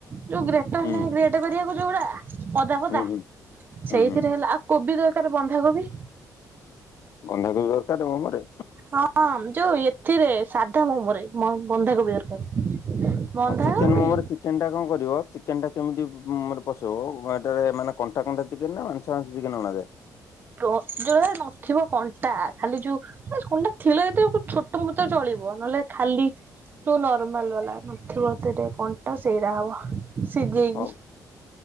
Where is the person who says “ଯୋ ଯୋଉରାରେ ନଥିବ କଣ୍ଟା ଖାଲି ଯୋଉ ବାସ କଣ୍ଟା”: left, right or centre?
Right